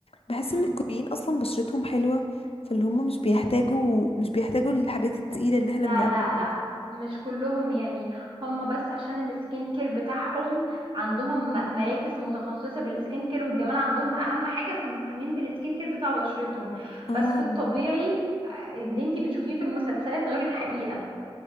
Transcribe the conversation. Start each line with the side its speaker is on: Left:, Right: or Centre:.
Left: بحس
Right: مم.
Left: ان الكوريين اصلا بشرتهم حلوة فاللي هم مش بيحتاجوا مش بيحتاجوا الحاجات التقيلة اللي احنا
Right: لا
Left: بنعملها
Right: لا لا مش كلهم يعني هم بس عشان السكين كير بتاعهم عندهم م- مراكز متخصصة بالسكين كير والجمال عندهم أهم حاجة فمهتمين بالسكين كير بتاع بشرتهم
Left: اه
Right: بس في الطبيعي آه، اللي انتي بتشوفيه في المسلسلات غير الحقيقة